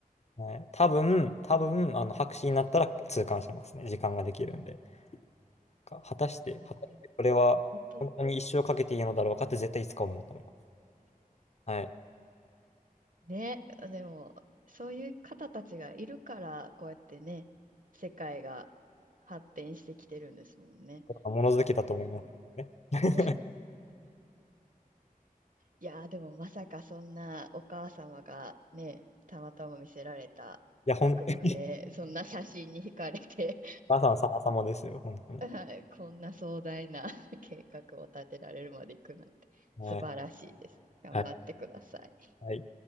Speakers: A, on the left; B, on the right.
A: はい、多分、多分、あの、博士になったら痛感してますね。時間ができるんで。か果たして、
B: だね。
A: 果たしてこれは本当に一生かけていいのだろうかって絶対いつか思うと思います。
B: <laughs> 私
A: はい。
B: ね、でも、そういう方たちがいるから、こうやってね、世界が発展してきてるんですもんね。
A: 物好きだと思いますね。
B: もう
A: <laughs>
B: <laughs> いやー、でもまさかそんなお母様がね、たまたま見せられた学部で、
A: いや、本当に、
B: そんな写真に惹かれて
A: <laughs> まさに様々ですよ、本当に。
B: はい、<laughs> こんな壮大な <laughs> 計画を立てられるまで行くなんて素晴らしいです。
A: はい。
B: 頑張ってください。
A: はい。はい